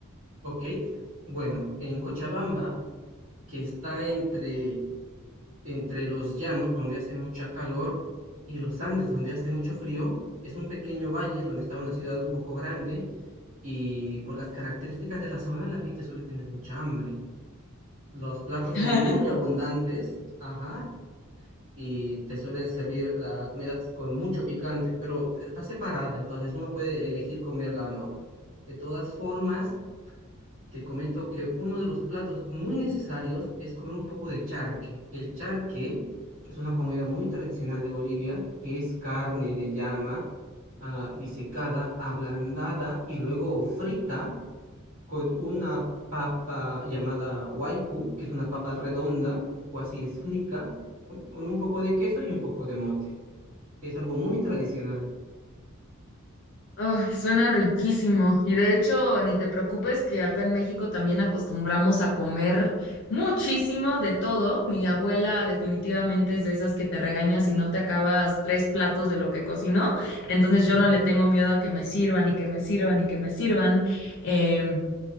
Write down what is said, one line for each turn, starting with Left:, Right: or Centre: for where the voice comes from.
Right: ¿ok? Bueno, en Cochabamba, que está entre entre los llanos, donde hace mucha calor, y los Andes, donde hace mucho frío. Es un pequeño valle donde está una ciudad un poco grande y por las características de la zona la gente suele tener mucha hambre. Los platos
Left: <laughs>
Right: son muy abundantes, ajá, y te suelen servir la comida con mucho picante, pero está separada, entonces uno puede elegir comerla o no. De todas formas, te comento que uno de los platos muy necesarios es comer un poco de charque. El charque es una comida muy tradicional de Bolivia, que es carne de llama ah, disecada, ablandada y luego frita con una papa llamada waiku, que es una papa redonda o así esférica, con con un poco de queso y un poco de mote. Es algo muy tradicional.
Left: Ay, suena riquísimo. Y de hecho, ni te preocupes que acá en México también acostumbramos a comer muchísimo de todo. Mi abuela definitivamente es de esas que te regaña si no te acabas tres platos de lo que cocinó. Entonces
Right: <laughs>
Left: yo no le tengo miedo a que me sirvan y que me sirvan y que me sirvan. Em,